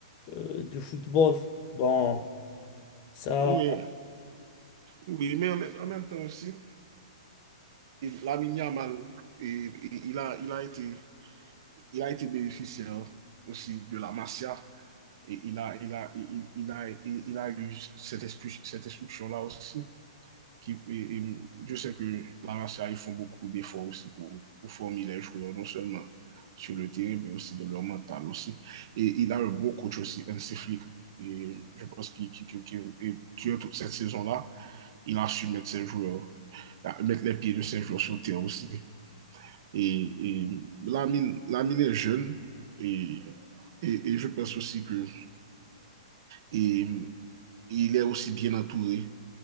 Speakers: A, on the left; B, on the right.
A: euh, du football. Bon, ça,
B: Oui. Oui, mais en même, en même temps aussi, Lamine Yamal, et, et, il, a, il, a été, il a été bénéficiaire aussi de la Masia. Et il a, il a, il, il a, il, il a eu cette, cette instruction-là aussi. Qui, et, et je sais que la Masia, ils font beaucoup d'efforts aussi pour, pour former les joueurs, non seulement sur le terrain, mais aussi dans leur mental aussi. Et il a un beau coach aussi, un Flick. Et je pense qu'il qu'il qui, qui, toute cette saison-là, il a su mettre ses joueurs, mettre les pieds de ses joueurs sur le terrain aussi. Et, et Lamine, Lamine est jeune et, et, et, je pense aussi que et, il est aussi bien entouré